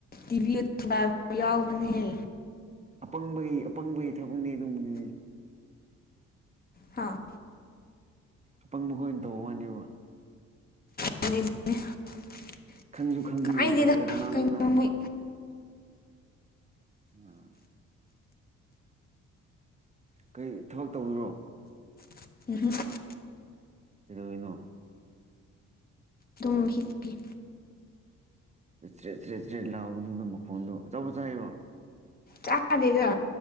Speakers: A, on the left; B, on the right.
A: ꯇꯤꯚꯤ ꯊꯨ ꯒꯥꯢ ꯌꯥꯎꯕꯅꯦꯍꯦ
B: ꯑꯄꯪꯕꯒꯤ ꯑꯄꯪꯕꯒꯤ ꯊꯕꯛꯅꯤ ꯑꯗꯨꯒꯨꯝꯕꯗꯨꯗꯤ
A: ꯍꯥꯥ
B: ꯑꯄꯪꯕ ꯈꯣꯏꯅ ꯇꯧ ꯋꯥꯅꯦꯕ
A: <unintelligible>
B: ꯈꯪꯁꯨ ꯈꯪꯕꯤꯔꯣꯏꯗꯕꯗ
A: ꯀꯥꯏꯗꯦꯗ
B: ꯔꯣꯅꯥꯜꯗꯣꯅ
A: ꯀꯩꯅꯣ ꯃꯣꯏ
B: ꯎꯝ ꯀꯩ ꯊꯕꯛ ꯇꯧꯔꯤꯔꯣ
A: <unintelligible>
B: ꯀꯩꯗꯧꯔꯤꯅꯣ
A: ꯇꯨꯝ ꯍꯤꯞꯄꯤ
B: ꯆꯔꯦꯠ ꯆꯔꯦꯠ ꯆꯔꯦꯠ ꯂꯥꯎꯕꯅꯤꯅ ꯃꯈꯣꯟꯗꯣ ꯑꯆꯥꯄꯣꯠ ꯆꯥꯏꯔꯣ
A: ꯆꯥꯗꯦꯗ